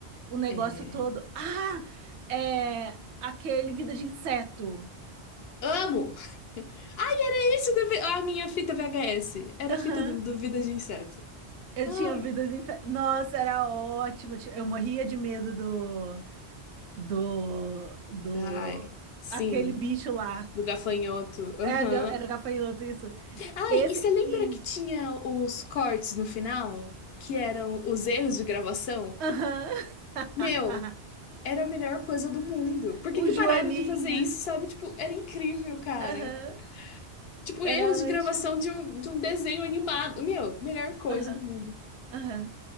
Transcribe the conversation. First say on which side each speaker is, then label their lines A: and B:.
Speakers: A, on the right; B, on the left.
A: o negócio
B: é...
A: todo. Ah, é aquele Vida de Inseto.
B: Amo! Ai, era isso da vi- a minha fita VHS. Era
A: Aham,
B: a fita do, do Vida de Inseto.
A: eu
B: Ai,
A: tinha Vida de Inseto. Nossa, era ótimo. Eu ti- eu morria de medo do, do, do,
B: ai, sim,
A: aquele bicho lá.
B: do gafanhoto. Aham.
A: É, ga- Era gafanhoto, isso.
B: Ai,
A: Esse
B: e você lembra
A: e,
B: que tinha os cortes no final, que eram os erros de gravação?
A: aham,
B: Meu,
A: <laughs>
B: Era a melhor coisa do mundo. Por
A: o
B: que que
A: Joaninha.
B: pararam de fazer isso, sabe? Tipo, era incrível, cara.
A: Aham,
B: Tipo,
A: era
B: erros de gravação
A: ótimo.
B: de um, de um desenho animado. Meu, melhor coisa
A: Aham,
B: do mundo.
A: aham.